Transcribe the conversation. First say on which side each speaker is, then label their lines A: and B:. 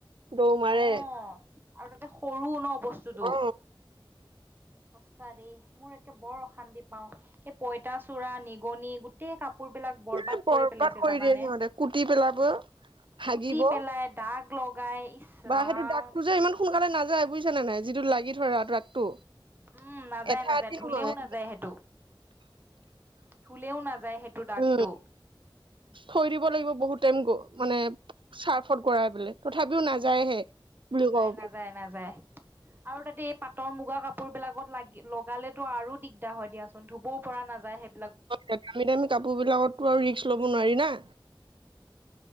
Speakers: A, on the right; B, on the right.
A: দৌৰ মাৰে।
B: অ', আৰু তাতে সৰু ন বস্তুতটো
A: অ'
B: সঁচা দেই মোৰ একে বৰ অশান্তি পাওঁ, এই পঁইতাচোৰা নিগনি গোট গোটেই কাপোৰ বিলাক বৰবাদ
A: এ
B: কৰি পেলাইছে জানানে।
A: দিয়ে সিহঁতে কুটি পেলাব, হাগিব।
B: কুটি পেলাই দাগ লগাই
A: বা
B: ৰাম
A: সেইটো দাগতটো যে ইমান সোনকালে নাযায় বুজিছা নে নাই যিটো লাগি ধৰা দাগটো
B: উম, নাযায়,
A: এঠা
B: নাযায়
A: এঠি
B: ধুলেও
A: নহয়
B: নাযায় সেইটো ধুলেও নাযায় সেইটো। দাগটো।
A: উম, থৈ দিব লাগিব বহুত টাইম গ মানে
B: উম,
A: চাৰ্ফত গৰাই পেলাই। তথাপিও নাযায়হে।
B: নাযায়,
A: বুলি ক'ব
B: নাযায়, নাযায়। আৰু তাতে এই পাটৰ মুগা কাপোৰ বিলাকত লাগি লগালেতো আৰু দিগদাৰ হয় দিয়াচোন ধুবও পৰা নাযায় সেই
A: দামী, দামী কাপোৰ বিলাকতটো আৰু ৰিস্ক ল'ব নোৱাৰি না।